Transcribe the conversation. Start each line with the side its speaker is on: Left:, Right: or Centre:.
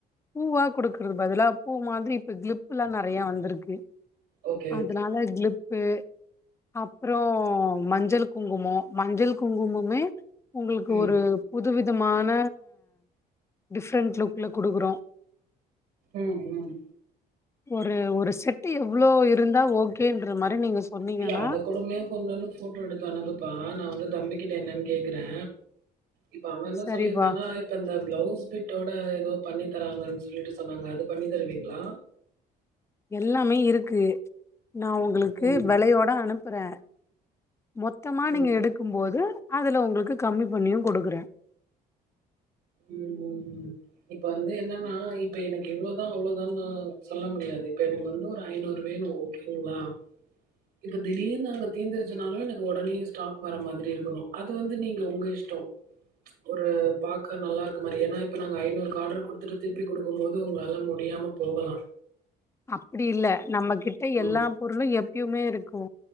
Left: பூவா குடுக்குறதுக் பதிலா பூ மாதிரி இப்ப கிளிப்லா நெறையா வந்திருக்கு
Right: ஓக்கே
Left: அதனால க்ளிப்பு அப்றோ மஞ்சள் குங்குமோ மஞ்சள் குங்குமமே உங்ளுக்கு
Right: ம்.
Left: ஒரு புதுவிதமான டிஃப்ரெண்ட் லுக்ல குடுக்றோ
Right: ம் ம்
Left: ஒரு ஒரு செட்டு எவ்ளோ இருந்தா ஓக்கேன்ற மாரி நீங்க சொன்னீங்கன்னா
Right: இல்ல அத கூடமே கொஞ்சோண்டு ஃபோட்டோ எடுத்து அனுப்புபா நா வந்து தம்பிக்கிட்ட என்னன் கேக்றே இப்ப அவே என்ன
Left: சரிப்பா
Right: சொல்லிருந்தானா இப்ப இந்த பிளவுஸ் பிட்டோட எதோ பண்ணி தராங்கன் சொல்லிட்டு சொன்னாங்க அது பண்ணி தருவீங்ளா
Left: எல்லாமே இருக்கு நா உங்களுக்கு
Right: ம்,
Left: வெலையோட அனுப்புறே மொத்தமா
Right: ம்,
Left: நீங்க எடுக்கும் போது அதுல உங்களுக்கு கம்மி பண்ணியு குடுக்குறே
Right: ம் ம் ம் இப்ப வந்து என்னன்னா இப்ப எனக்கு இவ்ளோதா அவ்ளோதான்னா சொல்ல முடியாது இப்ப எனக்கு வந்து ஒரு ஐநூறு வேணு ஓக்கேங்ளா இப்ப திடீர்னு அங்க தீந்திருச்சினாலு எனக்கு ஒடனே ஸ்டாக் வர மாதிரி இருக்கணு அது வந்து நீங்க ஒங்க இஷ் டோ ஒரு பா க்க நல்லாருக்க மாரி ஏன்னா இப்ப நாங்க ஐநூறுக்கு ஆர்ட்ருக்கு குடுத்துட்டு திருப்பி குடுக்கும் போது உங்களால முடியாம போகலா
Left: அப்டி இல்ல நம்மகிட்ட
Right: ம்.
Left: எல்லா பொருளு எப்யுமே இருக்கு